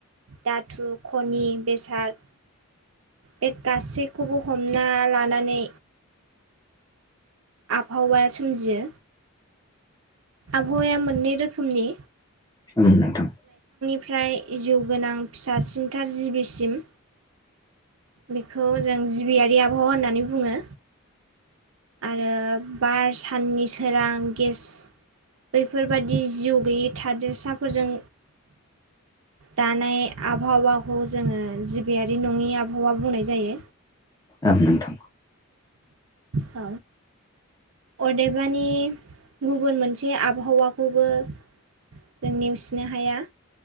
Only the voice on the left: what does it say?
औ नोंथां।
औ नोंथां।